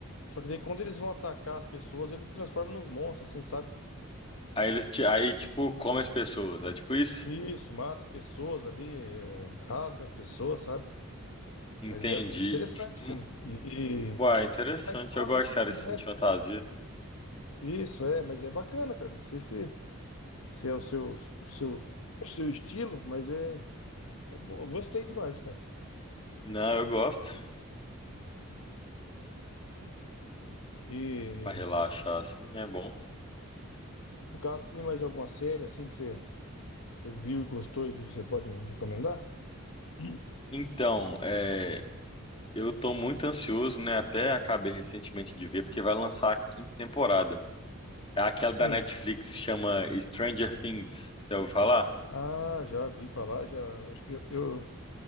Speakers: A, on the left; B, on the left.
A: Só que daí quando eles vão atacar as pessoas, eles se transformam nos monstros, assim, sabe?
B: Aí eles te... aí, tipo, comem as pessoas. É tipo isso?
A: Isso, mata as pessoas ali, eh, rasga as pessoas, sabe?
B: Entendi.
A: Mas é interessante
B: Hum,
A: o filme. E,
B: Uai,
A: e
B: interessante.
A: a história
B: Eu gosto
A: dele.
B: de série assim
A: não é-
B: de fantasia.
A: Isso, é, mas é bacana, cara. Não sei se, se é o seu, o seu, o seu estilo, mas é, é bo- Eu gostei demais, cara.
B: Não, eu gosto.
A: E
B: Pra relaxar, assim, é bom.
A: no caso, tem mais alguma série assim que você, você viu e gostou e que você pode me recomendar? <clears throat>
B: Então, é. Eu tô muito ansioso, né? Até acabei recentemente de ver, porque vai lançar a quinta temporada. É Aquela
A: Sim.
B: da Netflix chama Stranger Things. Já ouviu falar?
A: Ah, já vi falar, já. Acho que eu.